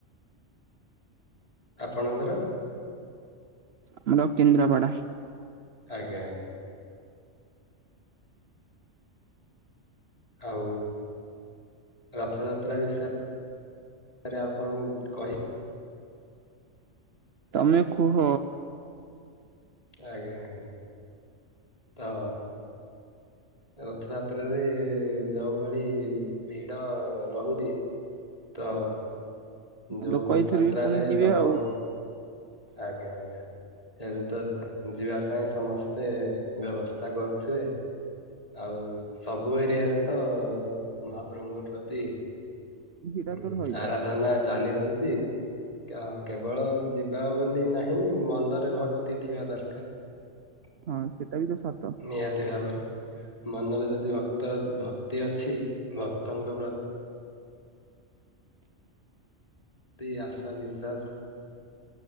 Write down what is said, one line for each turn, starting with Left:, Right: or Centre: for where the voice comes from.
Left: ଆପଣଙ୍କର?
Right: ଆମର କେଦ୍ରାପଡ଼ା।
Left: ଆଜ୍ଞା ଆଜ୍ଞା। ଆଉ ରଥଯାତ୍ରା ବିଷୟ ରେ ଆଉ କଣ କହି
Right: ତମେ କୁହ?
Left: ଆଜ୍ଞା ଆଜ୍ଞା ତ ରଥଯାତ୍ରାରେ ଯୋଉ ଭଳି ଭିଡ ରହୁଛି। ତ ଯୋଉଭଳି
Right: ଲୋକ ଏଇଥର
Left: ମାତ୍ରାରେ
Right: ବି ପୁଣି ଯିବେ
Left: ଲୋକ
Right: ଆଉ।
Left: ଆଜ୍ଞା ଆଜ୍ଞା। ଏବେ ତ ଯି ଯିବା ପାଇଁ ସମସ୍ତେ ବ୍ୟବସ୍ଥା କରୁଥିବେ। ଆଉ ସବୁ ଏରିଆରେ ତ ମହାପ୍ରଭୁଙ୍କ ପ୍ରତି
Right: ଭିଡ
Left: ହଁ
Right: ତ ରହିବ
Left: ଆରାଧନା ଚାଲି ରହିଛି। ଆ କେବଳ ଯିବା ବୋଲି ନାହିଁ ମନରେ ଭକ୍ତି ଥିବା ଦରକାର।
Right: ହଁ ସେଟା ବି ତ ସତ।
Left: ନିହାତି ଭାବରେ ମନରେ ଯଦି ଭକ୍ତ ଭକ୍ତି ଅଛି ଭକ୍ତଙ୍କ ପ୍ର ତି ଆଶା ବିଶ୍ୱାସ।